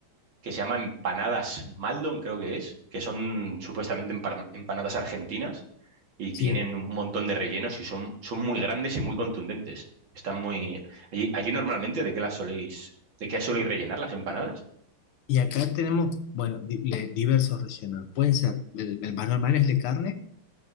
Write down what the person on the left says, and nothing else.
Sí.
Y acá tenemos, bueno, di- le- diversos rellenos. Pueden ser, el, el más normal es de carne.